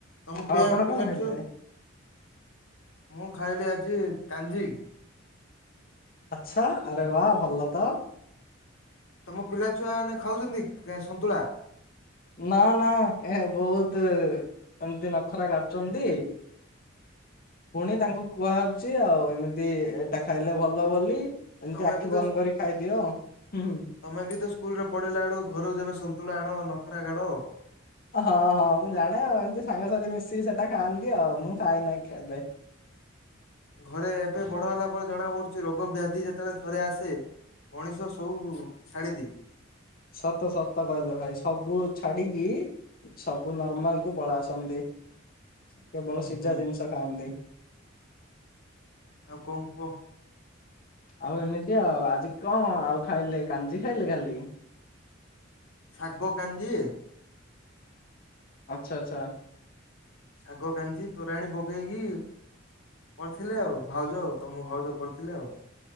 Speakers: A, on the left (about 80°); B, on the left (about 45°).
A: ତମ
B: ଆଉ
A: ପା
B: ଆପଣ
A: ପିଲା
B: କଣ ଖାଇଲେ?
A: ଛୁଆ। ମୁଁ ଖାଇଲି ଆଜି କାଞ୍ଜି।
B: ଆଚ୍ଛା ଆରେ ୱାଃ ଭଲ ତ।
A: ତମ ପିଲା ଛୁଆ ମାନେ ଖାଉଛନ୍ତି କା-କା ସନ୍ତୁଳା?
B: ନା ନା ଏ ବହୁତ। ଏମିତି ନଖରା କାଢୁଛନ୍ତି। ପୁଣି ତାଙ୍କୁ କୁହାହଉଛି ଆଉ ଏମିତି ଏ-ଏଇଟା ଖାଇଲେ ଭଲ ବୋଲି। ଏମିତି
A: ତମେ
B: ଆଖି
A: ବି ତ
B: ବନ୍ଦ କରି ଖାଇଦିଅ। ହୁଁ ହୁଁ।
A: ତମେ ବି ତ ସ୍କୁଲରେ ପଢିଲା ବେଳୁ ଘରୁ ଯେବେ ସନ୍ତୁଳା ଆଣ ନଖରା କାଢ।
B: ହଁ ହଁ ମୁଁ ଜାଣେ ଆଉ ଏମିତି ସାଙ୍ଗସାଥି ମିଶିକି ସେଟା ଖାଆନ୍ତି ଆଉ ମୁଁ ଖାଇନାହିଁ କେବେ। ହ
A: ଘରେ ଏବେ ବଡ ହେଲା ପରେ ଜଣା ପଡୁଛି ରୋଗ ବ୍ୟାଧି ଯେତେବେଳେ ଥରେ ଆସେ। ମଣିଷ ସବୁ ଛାଡିଦିଏ।
B: ସତ ସତ କହିଲ ଭାଇ ସବୁ ଛାଡିକି। ସବୁ ନର୍ମାଲ କୁ ପଳ ଆସନ୍ତି କେବଳ
A: ହୁଁ
B: ସିଝା
A: ହୁଁ
B: ଜିନିଷ ଖାଆନ୍ତି।
A: ଆଉ କଣ କୁହ?
B: ଆଉ ଏମିତି ଆଉ ଆଜି କଣ ଆଉ ଖାଇଲେ କାଞ୍ଜି ଖାଇଲେ ଖାଲି?
A: ଶାଗ କାଞ୍ଜି ଏ।
B: ଆଚ୍ଛା ଆଚ୍ଛା।
A: ଶାଗ କାଞ୍ଜି ତୋରାଣୀ ପକେଇକି। କରିଥିଲେ ଆଉ ଭାଉଜ ଆଉ ତମ ଭାଉଜ କରିଥିଲେ ଆଉ।